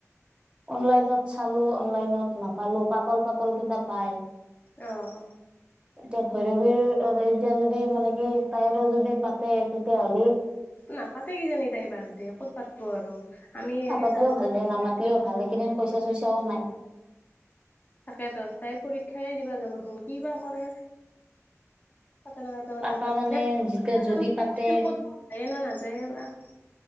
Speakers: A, on the right; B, on the left.
A: অনলাইনত চালো, অনলাইনত নাপালো পাতল পাতল কেইটা পাই।
B: আহ।
A: এতিয়া ভৈৰৱীৰ এতিয়া যদি মানে কি তাইৰো যদি পাতে তেতিয়াহ'লে
B: নাপাতে কিজানি তাই বাৰু দক ক'ত পাতো আৰু <unintelligible>
A: নাপাতিলেও
B: যাম
A: ভাল
B: আৰু
A: দে নামাতিলেও ভাল কেইদিন পইচা চইচা তও নাই
B: তাকেতো তাই পৰীক্ষাই দিবা যাব দেখোন কি বা কৰে পতনত
A: পাতা
B: ন পাত
A: মানে যেতিয়া যদি
B: যাম বুলি
A: পাতে
B: কৈছিল যাই না নাযায় <unintelligible> <unintelligible> যে বা <unintelligible>